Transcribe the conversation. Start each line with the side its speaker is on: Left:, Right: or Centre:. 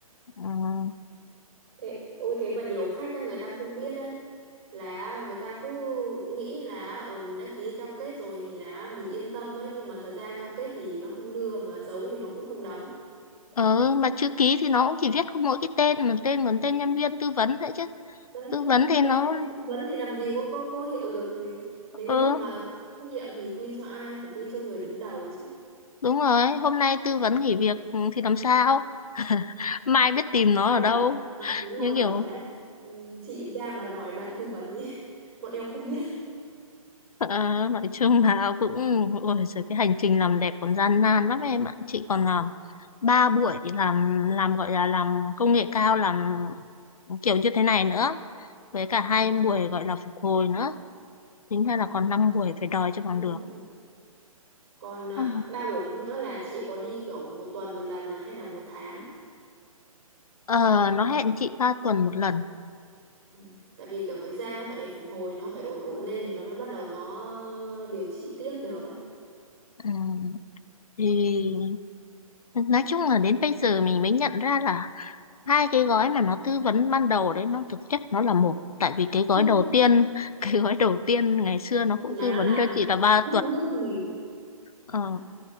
Left: Ờ
Right: thế ôi thế mà nhiều khách á, người ta không biết đấy là người ta cứ nghĩ là ở mình đã ký cam kết rồi thì là mình yên tâm ấy nhưng mà thật ra cam kết thì nó không đưa mà giấu thì nó cũng không đóng
Left: Ờ, mà chữ ký thì nó cũng chỉ viết có mỗi cái tên mà tên còn tên nhân viên tư vấn đấy chứ
Right: đấy
Left: tư
Right: Ừ,
Left: vấn thì
Right: thế
Left: nó
Right: mà tới tư vấn thì làm gì có có có hiệu lực gì đến cái
Left: ừ
Right: lúc mà trách nhiệm thì quy cho ai phải quy cho người đứng đầu chứ
Left: đúng rồi hôm nay tư vấn nghỉ việc ừ, thì làm sao <laughs> mai biết tìm nó
Right: ai
Left: ở đâu
Right: bảo "Ờ, đúng
Left: như
Right: rồi
Left: kiểu
Right: bảo đấy ừ, chị ra mà đòi bạn tư vấn đi <laughs> bọn em không biết
Left: ờ, nói chung là cũng ôi giời, cái hành trình làm đẹp còn gian nan lắm em ạ chị còn làm ba buổi làm làm gọi là làm công nghệ cao làm kiểu như thế này nữa với cả
Right: Vâng.
Left: hai buổi gọi là phục hồi nữa tính ra là
Right: à,
Left: còn năm buổi phải đòi cho bằng
Right: năm
Left: được
Right: bữa. còn à,
Left: Ừ.
Right: ba buổi nữa là chị có đi kiểu một tuần một lần à, hay là một tháng
Left: Ờ, nó hẹn chị 3 tuần một lần
Right: Ừ. tại vì cả với da nó phải phục hồi nó phải ổn ổn lên thì nó mới bắt đầu nó điều trị tiếp được ấy
Left: ừ. thì nói chung là đến bây giờ mình mới nhận ra là hai cái gói mà nó tư vấn ban đầu đấy nó thực chất nó là một tại vì cái gói
Right: <laughs>
Left: đầu tiên <laughs> cái gói đầu tiên ngày xưa nó cũng
Right: là
Left: tư
Right: nó
Left: vấn
Right: làm
Left: cho chị là ba
Right: rút
Left: tuần
Right: bước mình
Left: ờ,
Right: à,